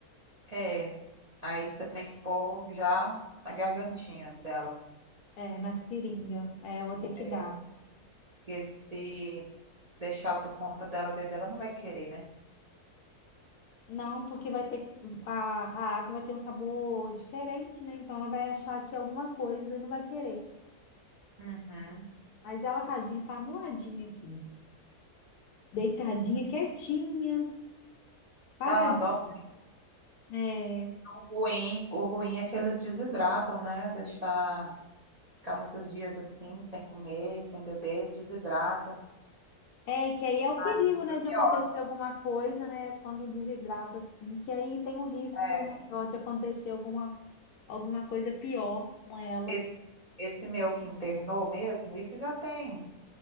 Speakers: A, on the right; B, on the left.
A: é, aí você tem que pôr já na gargantinha dela.
B: É, na seringa. É, eu vou ter que
A: É,
B: dar.
A: porque se deixar por conta dela beber, ela não vai querer, né?
B: Não, porque vai ter a, a água vai ter um sabor diferente, né? Então ela vai achar que é alguma coisa e não vai querer.
A: Uhum.
B: Mas ela, tadinha, tá amuladinha aqui, deitadinha, quietinha, paradinha.
A: Dá uma dó.
B: É.
A: O ruim, o ruim é que eles desidratam, né? Deixar ficar muitos dias assim, sem comer, sem beber, eles desidratam.
B: É, que aí é o
A: Aí
B: perigo,
A: fica
B: né,
A: pior.
B: de acontecer alguma coisa, né, quando desidrata assim, que aí tem um risco
A: É,
B: maior de acontecer alguma, alguma coisa pior com ela.
A: esse, esse meu que internou mesmo, isso já tem,